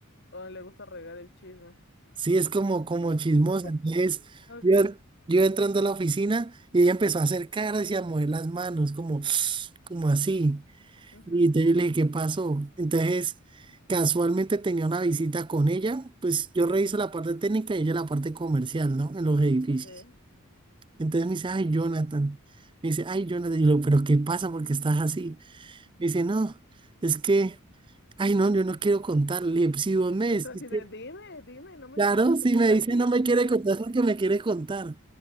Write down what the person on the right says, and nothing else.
Sí, es como, como chismosa.
Entonces,
yo, yo entrando a la oficina y ella empezó a hacer caras y a mover las manos, como, <sniffs> como así.
Y entonces yo le dije, ¿qué pasó? Entonces, casualmente tenía una visita con ella, pues yo reviso la parte técnica y ella la parte comercial, ¿no? En los edificios.
Entonces me dice, ay, Jonathan. Me dice, ay, Jonathan. Y yo, pero ¿qué pasa? ¿Por qué estás así? Me dice, no, es que, ay, no, yo no quiero contarle. Le dije, "Pues, Si vos me
decís
que,
claro,
si
me
dice no me quiere contar, es porque me quiere contar.